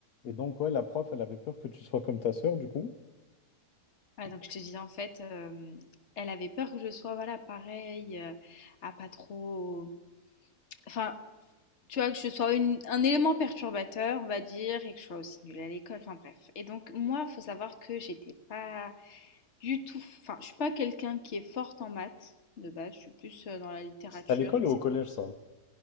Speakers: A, on the left; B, on the left.
A: Et donc, ouais, la prof, elle avait peur que tu sois comme ta sœur, du coup.
B: Ouais, donc je te disais en fait, euh, elle avait peur que je sois voilà pareil, euh, à pas trop, enfin tu vois que je sois une- un élément perturbateur on va dire et que je sois aussi nulle à l'école, enfin bref. Et donc moi faut savoir que j'étais pas du tout, enfin je suis pas quelqu'un qui est forte en maths de base, je suis plus euh, dans la littérature
A: C'était à l'école
B: etc.
A: ou au collège, ça?